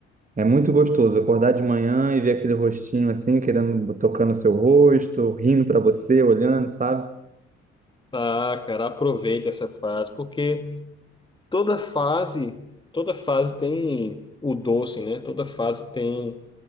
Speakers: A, on the right (about 25°); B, on the left (about 15°).
A: é muito gostoso acordar de manhã e ver aquele rostinho assim, querendo, tocando o seu rosto, rindo para você, olhando, sabe?
B: Ah, cara, aproveite essa fase, porque toda fase, toda fase tem o doce, né? Toda fase tem